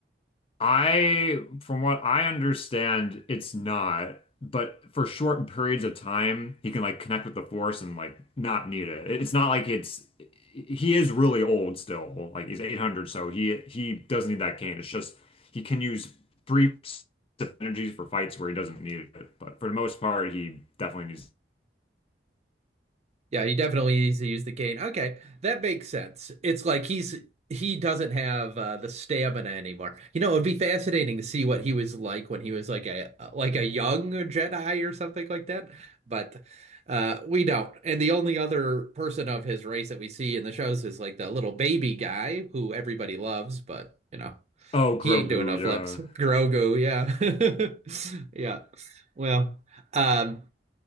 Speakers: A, on the left; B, on the right.
A: I, from what I understand, it's not, but for short periods of time, he can like connect with the Force and like not need it. It's not like it's he is really old still. Like he's 800, so he he doesn't need that cane. It's just he can use brief energies for fights where he doesn't need it, but for the most part, he definitely needs.
B: Yeah, he definitely needs to use the cane. Okay, that makes sense. It's like he's he doesn't have uh, the stamina anymore. You know, it would be fascinating to see what he was like when he was like a like a young Jedi or something like that. But uh, we don't. And the only other person of his race that we see in the shows is like the little baby guy who everybody loves, but you know,
A: Oh, Grogu,
B: he ain't doing no
A: yeah.
B: flips. Grogu, yeah, <laughs> yeah. Well. Um,